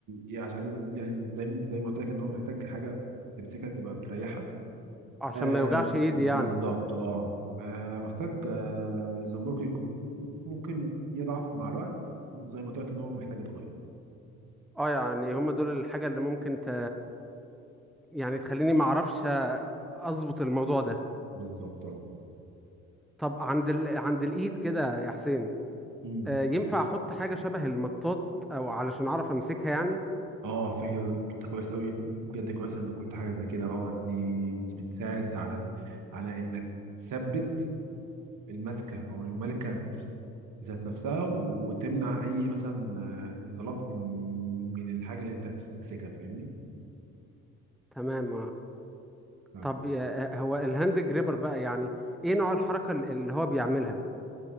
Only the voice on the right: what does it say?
ايه عشان يعني زي زي ما قلت لك ان هو محتاج حاجه تمسكها تبقى بتريحك
آه
بالظبط
اه آه، محتاج آه الزمرك يكون- ممكن يضعف مع الوقت زي ما قلت لك ان هو محتاج يتغير
بالظبط اه
مم.
اه فكرة انت كويس قوي بجد كويس انك قلت حاجة زي كده اه دي دي بتساعد على ال... على انك تثبت المسكة او الملكة ذات نفسها وتمنع اي مثلا آه، انزلاق من من الحاجه اللي انت ماسكها فاهمني
فعلا.